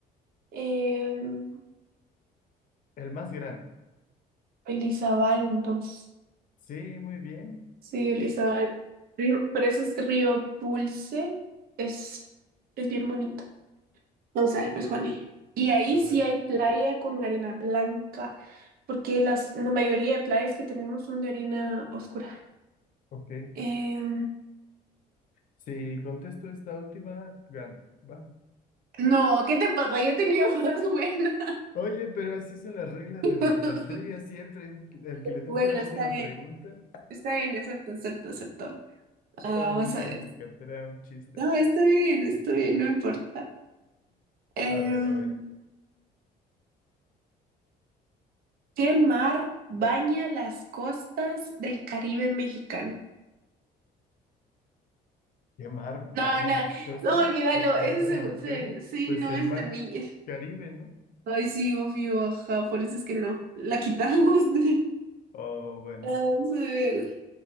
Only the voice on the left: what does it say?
el más grande.
Sí, muy bien.
A
ver,
ok.
Si contesto esta última, gano, ¿va?
Oye, pero así son las reglas
de nuestras trivias siempre. El que le toque
la última
pregunta.
No, no
es cierto,
Kat, era un chiste,
pero.
A ver, a ver.
¿Qué mar baña
las costas
del Caribe
mexicano?
Pues
el
mar
Caribe, ¿no?
O bueno,